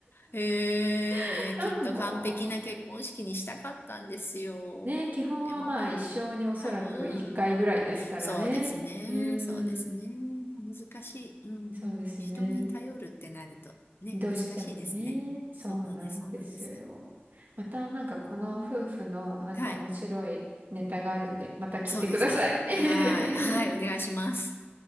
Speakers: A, on the left; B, on the right.
A: へえ、
B: <laughs>
A: いや、
B: なんか、
A: きっと完璧な結婚式にしたかったんですよ。
B: みたいな。ね、基本はまあ一生におそらく一回ぐらいですからね。
A: でもまあ、うん。そうですね、
B: うーん、
A: そうですね。まあ難しい。うんうん。
B: そうですね。
A: 人に頼るってなるとね、
B: どうしてもね、
A: 難しいですね。
B: そうなんですよ。
A: そうなんです、そうなんです。
B: またなんかこの夫婦のなんか面白いネタがあるんで、
A: うん。はい。
B: また聞いてください。
A: そうですね。
B: <laughs>
A: はい。はい、お願いします。